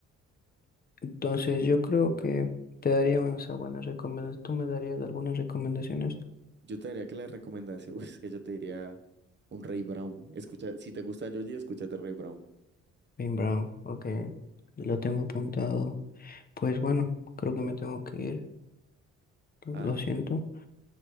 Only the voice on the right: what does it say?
Yo te diría que la recomendación, <laughs> es que yo te diría un Ray Brown. Escucha, si te gusta Yoji, escúchate Ray Brown.
Ah,
dale,
dale.